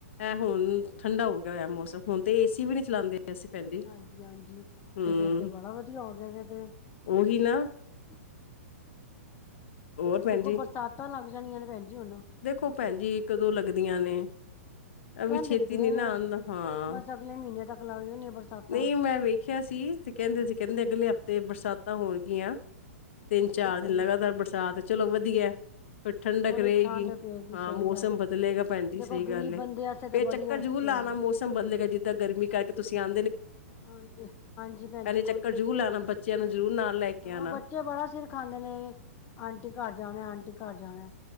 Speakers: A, on the left (about 50°); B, on the left (about 25°).
A: ਇਹ ਹੁਣ ਠੰਡਾ ਹੋ ਗਿਆ ਹੋਇਆ ਮੌਸਮ ਹੁਣ ਤੇ ਏਸੀ ਵੀ ਨਹੀਂ ਚਲਾਉਂਦੇ ਅਸੀਂ ਭੈਣ ਜੀ
B: ਹਾਂਜੀ ਹਾਂਜੀ ਤੇ
A: ਹੂੰ।
B: ਫਿਰ ਤੇ ਬੜਾ ਵਧੀਆ ਹੋ ਗਿਆ ਫਿਰ ਤੇ ਹ
A: ਉਹੀ ਨਾ
B: <unintelligible>
A: ਹੋਰ ਭੈਣ ਜੀ
B: ਬਰਸਾਤਾਂ ਲੱਗ ਜਾਣੀਆਂ ਨੇ ਭੈਣ ਜੀ ਹੁਣ
A: ਦੇਖੋ ਭੈਣ ਜੀ ਕਦੋਂ ਲੱਗਦੀਆਂ ਨੇ ਅਭ
B: ਕਹਿੰਦੇ
A: ਛੇਤੀ
B: ਤੇ ਪਏ
A: ਨਹੀਂ ਨਾ
B: ਨੇ
A: ਆਉਂਦਾ ਹਾਂ
B: ਬਸ ਅਗਲੇ ਮਹੀਨੇ ਤੱਕ ਲੱਗ ਜਾਣੀਆਂ ਬਰਸਾਤਾਂ
A: ਨਹੀਂ ਮੈਂ ਵੇਖਿਆ ਸੀ ਤੇ ਕਹਿੰਦੇ ਸੀ ਕਹਿੰਦੇ ਅਗਲੇ ਹਫ਼ਤੇ ਬਰਸਾਤਾਂ ਹੋਣ ਗੀਆਂ ਤਿੰਨ ਚਾਰ
B: ਪਤਾ
A: ਦਿਨ
B: ਨੀ
A: ਲਗਾਤਾਰ ਬਰਸਾਤ ਚਲੋ ਵਧੀਆ ਫਿਰ ਠੰਡਕ
B: ਥੋੜੀ
A: ਰਹੇਗੀ
B: ਠੰਡ ਪਏਗੀ
A: ਹਾਂ
B: ਸਹੀ
A: ਮੌਸਮ
B: ਗੱਲ ਹੈ
A: ਬਦਲੇਗਾ ਭੈਣ ਜੀ
B: ਦੇਖੋ
A: ਸਹੀ
B: ਗ਼ਰੀਬ
A: ਗੱਲ
B: ਬੰਦੇ ਵਾਸਤੇ ਤੇ
A: ਫੇ
B: ਬੜੀ
A: ਚੱਕਰ
B: ਔਖੀ
A: ਜੂ ਭੁਲਾਣਾ
B: ਹੈ
A: ਮੌਸਮ ਬਦਲੇਗਾ ਜਿੱਦਾਂ ਗਰਮੀ ਕਰਕੇ ਤੁਸੀਂ ਆਂ
B: ਹਾਂਜੀ ਹਾਂਜੀ ਭੈਣਜੀ
A: ਚੱਕਰ
B: ਕੋਈ ਨੀ,
A: ਜ਼ਰੂਰ ਲਾਣਾ ਬੱਚਿਆਂ ਨੂੰ ਜ਼ਰੂਰ ਨਾਲ ਲੈ ਕੇ
B: ਹਾਂ
A: ਆਣਾ
B: ਬੱਚੇ ਬੜਾ ਸਿਰ ਖਾਂਦੇ ਕਹਦੇ ਨੇ, ਆਂਟੀ ਘਰ ਜਾਣਾ, ਆਂਟੀ ਘਰ ਜਾਣਾ।